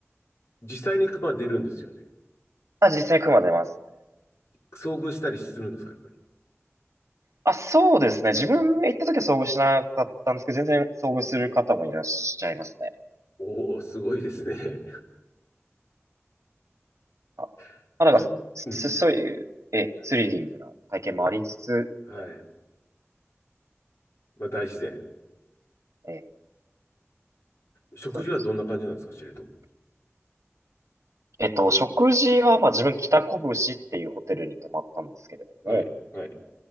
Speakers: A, on the left; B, on the right.
A: 実際に熊出るんですよね。
B: あ、実際に熊出ますね。
A: 遭遇したりするんですか、やっぱり。
B: あ、そうですね。自分が行った時は遭遇しなかったんですけど、全然遭遇する方もいらっしゃいますね。
A: おー、すごいですね。
B: あ、ま
A: <laughs>
B: あ、なんか、
A: ちょっ、
B: すそういう、
A: うん。
B: ええ、
A: はい、
B: スリリングな体験もありつつ、
A: はい。
B: みたい
A: まあ、大自然。
B: な。ええ、
A: 食事はどんな感じなんですか、
B: そうです。
A: 知床。
B: えっと、食事は、まあ自分、北拳っていうホテルに泊まったんですけれども、
A: はい、はい。